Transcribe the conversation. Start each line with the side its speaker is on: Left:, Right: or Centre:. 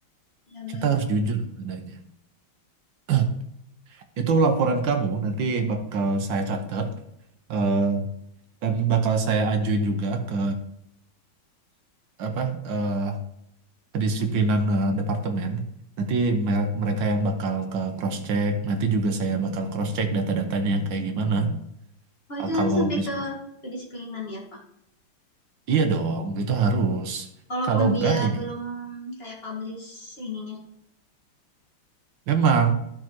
Left: ya baik
Right: Kita harus jujur adanya. <clears throat> Itu laporan kamu nanti bakal saya catat eh, dan bakal saya ajuin juga ke apa eh, kedisiplinan eh, departemen. Nanti me- mereka yang bakal ke cross check, nanti juga saya bakal cross check data-datanya kayak gimana.
Left: Oh itu
Right: Ah,
Left: nanti
Right: Kalau
Left: sampai
Right: misal,
Left: ke kedisiplinan ya Pak.
Right: iya dong, itu harus.
Left: Walaupun
Right: Kalau enggak,
Left: dia belum
Right: ya
Left: kayak publish ininya.
Right: memang.